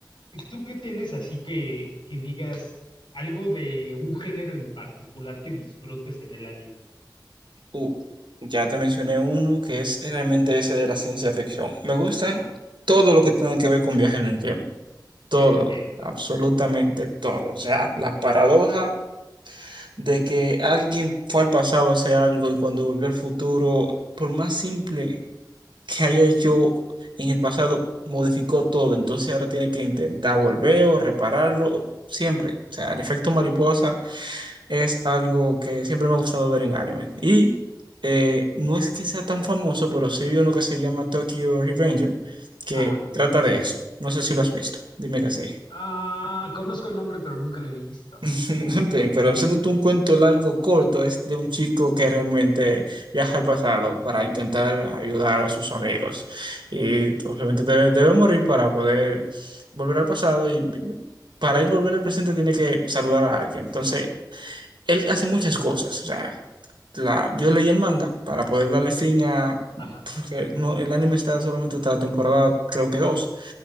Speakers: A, on the left; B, on the right.
A: ¿Tú qué tienes así que, que digas algo de un género en particular que disfrutes en el anime?
B: Uh, ya te mencioné uno que es realmente ese de la ciencia ficción. Me gustan
A: Ajá,
B: todo lo que tenga que ver con viajes en el tiempo. Todo,
A: perfecto.
B: absolutamente todo. O sea, la paradoja de que alguien fue al pasado a hacer algo y cuando volvió al futuro, por más simple que haya hecho en el pasado, modificó todo. Entonces ahora tiene que intentar volver o repararlo siempre. O sea, el efecto mariposa es algo que siempre me ha gustado ver en anime. Y eh, no es que sea tan famoso, pero sí vi uno que se llama Tokyo Revenger, que
A: Ajá.
B: trata de eso. No sé si lo has visto, dime que sí.
A: Ah, conozco el nombre, pero nunca lo he visto.
B: <laughs> Bien, pero
A: Nun-
B: haciéndote un cuento largo, corto, es de un chico que realmente viaja al pasado para intentar ayudar a sus amigos. Y obviamente debe, debe morir para poder volver al pasado y vi- para él volver al presente tiene que saludar a alguien. Entonces, él hace muchas cosas. O sea, la, yo leí el manga para poder darle fin a...
A: Ajá,
B: Porque no, el anime está solamente hasta la temporada, creo que dos,